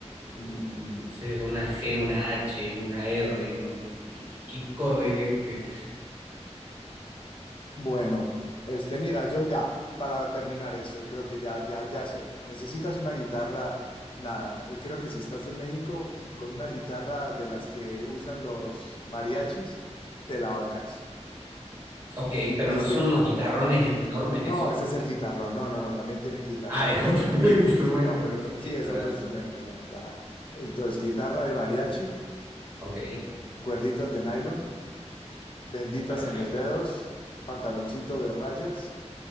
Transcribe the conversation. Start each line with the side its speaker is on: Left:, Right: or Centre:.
Right: eh,
Left: Mm,
Right: no sé, una G, una H, una R, como, ¿y ¿qué, qué acorde es este?
Left: bueno, este, mira, yo ya, para terminar esto, creo que ya, ya, ya sé. Necesitas una guitarra, nada. Eh, creo que si estás en México con una guitarra de las que usan los mariachis, te la bancas.
Right: Ok, pero
Left: ¿Viste?
Right: no son unos guitarrones enormes
Left: No,
Right: eso.
Left: ese es el guitarrón. No, no, no, también tienen guitarras
Right: Ah, es otro <laughs> instrumento,
Left: Sí, no,
Right: eso
Left: sí,
Right: qué
Left: es
Right: ignorante.
Left: otro instrumento, no, ya. Entonces, guitarra de mariachi,
Right: Ok,
Left: cuerditas de nylon, benditas
Right: perfecto.
Left: en los dedos, pantaloncito de rayas